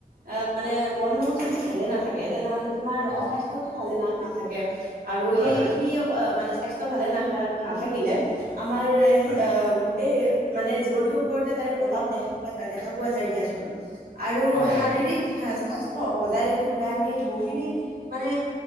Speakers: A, on the right; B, on the left.
A: আহ মানে মন মগো যদি ভালে নাথাকে তেনেহলে। তোমাৰ
B: অ
A: স্বাস্থ্যতো ভালে না নাথাকে আৰু
B: হয়
A: সেই
B: হয়
A: সি মানে স্বাস্থ। ভালে না নাথাকিলে আমাৰ
B: হয়
A: গোটেই। মানে জীৱনটোৰ ওপৰতে তাৰ প্ৰভাৱ দে দেখা পোৱা যায় দিয়াচোন। আৰু
B: হয় হয়
A: শাৰীৰিক সাস। স্বাস্থ্য বজাই ৰাখিবলৈ আমি বহুখিনি মানে